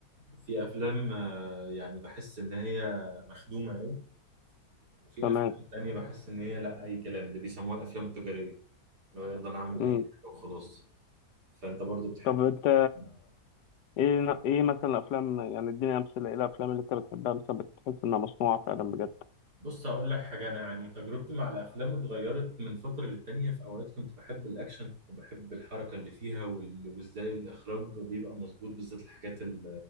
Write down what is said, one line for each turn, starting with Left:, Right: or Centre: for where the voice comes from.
Right: في افلام آه يعني بحس ان هي مخدومه قوي وفي
Left: تمام
Right: افلام تانية بحس ان هي لا اي كلام اللي بيسموها الافلام التجاريه اللي هو يلا نعمل اي
Left: امم
Right: حاجه وخلاص فانت برضو بتحب
Left: طب انت
Right: إيه؟
Left: ايه ايه مثلا الافلام يعني اديني امثله ايه الافلام اللي انت بتحبها مثلا بتحس انها مصنوعه فعلا بجد
Right: بص هقول لك حاجة أنا يعني تجربتي مع الأفلام اتغيرت من فترة للتانية في أوقات كنت بحب الأكشن وبحب الحركة اللي فيها وال- وإزاي الإخراج بيبقى مظبوط بالذات الحاجات ال-